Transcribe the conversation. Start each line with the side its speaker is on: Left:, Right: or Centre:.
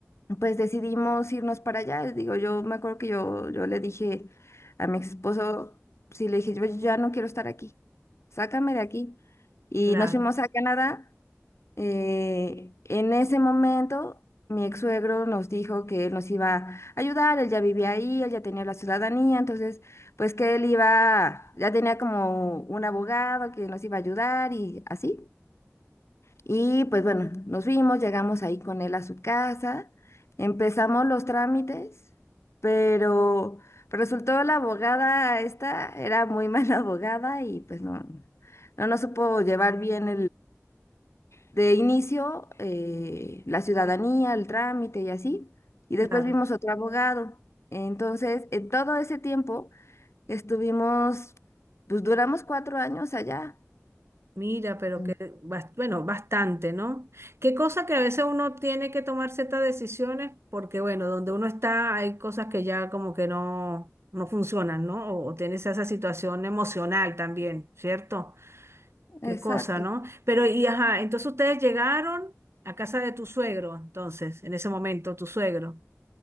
Left: pues decidimos irnos para allá. Digo, yo me acuerdo que yo, yo le dije a mi ex esposo, sí, le dije, yo ya no quiero estar aquí, sácame de aquí. Y
Right: claro,
Left: nos fuimos a Canadá. Eh, en ese momento, mi ex suegro nos dijo que él nos iba a ayudar, él ya vivía ahí, él ya tenía la ciudadanía, entonces, pues que él iba, ya tenía como un abogado que nos iba a ayudar y así. Y pues bueno, nos fuimos, llegamos ahí con él a su casa, empezamos los trámites, pero pero resultó la abogada esta, era muy mala <laughs> abogada y pues no, no nos supo llevar bien de inicio, eh, la ciudadanía, el trámite y así. Y
Right: claro.
Left: después vimos otro abogado. Entonces, en todo ese tiempo estuvimos, pues duramos cuatro años allá.
Right: Mira, pero
Left: Mm.
Right: que, bas- bueno, bastante, ¿no? Qué cosa que a veces uno tiene que tomar ciertas decisiones porque, bueno, donde uno está hay cosas que ya como que no, no funcionan, ¿no? O, o tienes esa situación emocional también, ¿cierto? Qué
Left: Exacto.
Right: cosa, ¿no? Pero, y ajá, entonces ustedes llegaron a casa de tu suegro, entonces, en ese momento, tu suegro,